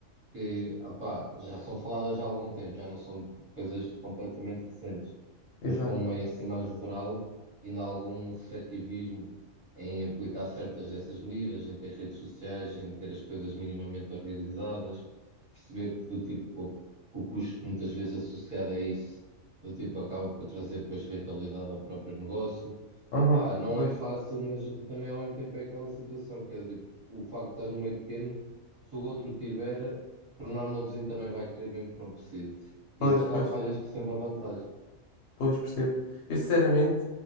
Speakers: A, on the right; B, on the left.
A: que opá, já são faladas já há algum tempo, já não são coisas completamente recentes, mas
B: Exato.
A: para um meio assim mais rural, ainda há algum receptivismo em aplicar certas dessas medidas, em ter redes sociais, em ter as coisas minimamente organizadas, perceber que do tipo o custo muitas vezes associado a isso, do tipo acaba por trazer depois rentabilidade ao próprio negócio.
B: Aham,
A: Pá, não
B: Pois,
A: é fácil, mas também ao mesmo tempo é aquela situação, que é tipo, o facto de estás no meio pequeno, se o outro tiver, por norma o vizinho também vai querer, mesmo que não precise.
B: pois,
A: Isso acaba
B: pois,
A: para às vezes por ser uma vantagem.
B: pois, percebo. Eu, sinceramente,